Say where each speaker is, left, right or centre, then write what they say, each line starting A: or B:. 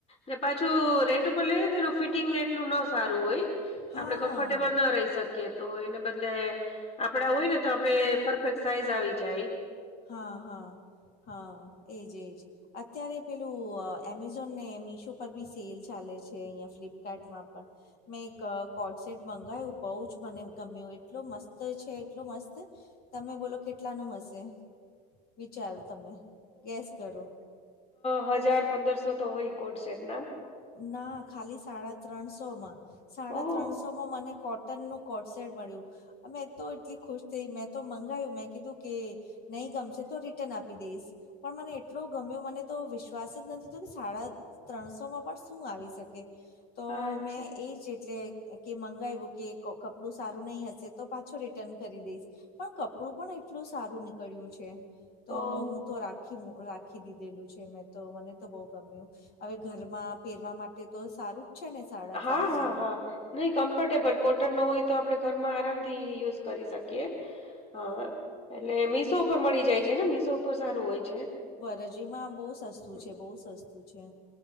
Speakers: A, on the left; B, on the left.
A: ને પાછું રેન્ટ ઉપર લઈ તો એનું ફિટિંગને એટલું ન સારું હોય
B: હા
A: આપડણે કમ્ફર્ટેબલ ના રહી શકીએ કે તો એને બદલે આપડા હોય ને તો આપડે પરફેક્ટ સાઈઝ આવી જાય
B: હા હા હા એજ એજ અત્યારે પેલું એમેઝોન ને મીશો પર બી સેલ ચાલે છે અહીંયા ફ્લિપકાર્ટમાં પણ મેં એક કોટ સેટ મંગાય બહ જ મને ગમ્યું એટલો મસ્ત છે એટલો મસ્ત તમે બોલો કેટલા નું હશે? વિચારો તમે ગેસ કરો.
A: હ હજાર પંદરસો તો હોય કોટ સેટ ના.
B: ના ખાલી સાડા ત્રણસો માં સાડા
A: ઓહ
B: ત્રણસો માં મને કોટનનુંું કોટસેટ મળ્યું મેં તો એટલી ખુશ થઈ મેં તો મંગાયું મેં કીધું કે નહીં ગમશે તો રિટર્ન આપી દઈશ પણ મને એટલો ગમ્યો મને તો વિશ્વાસ જ નથી થ કે શડાા ત્રણસોમાં પણ શું આવી શકે તો
A: અચ્છા
B: મેં એ જ એટલે કે મંગાવ્યું કે કપડું સારું નહીં હશે તો પાછો રિટર્ન કરી દઈશ પણ કપડું પણ એટલું સારું નીકળ્યું છે તો
A: ઓ
B: હું તો રાખ ખી રાખી દીધેલું છે મેં તો મને તો બહુ ગમ્યું હવે ઘરમાં પહેરવા માટે તો સારું જ છે ને સાડા
A: હા
B: ત્રણસોમાં
A: હા હા નહી કમ્ફર્ટેબલ કોટન નો હોય તો આપણે ઘરમાં આરામથી યુઝ કરી શકીએ હા એટલે મીશો ઉપર મળી જાય છે ને મીશો ઉપર સારું હોય છે
B: વરજરીમાં બહુ સસ્તું
A: હમ.
B: છે બહુ સસ્તું છે.